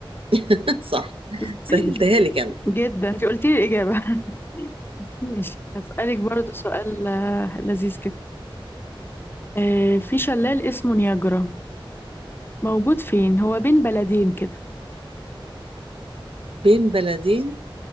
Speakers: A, on the right (about 80°); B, on the left (about 25°).
A: <laughs> صح
B: <laughs>
A: سهلتها لك أنا
B: جدا انت قلتي لي الإجابة <laughs> ماشي هسألك برضو سؤال آه، لذيذ كده آه، في شلال اسمه نياجرا موجود فين هو بين بلدين كده
A: بين بلدين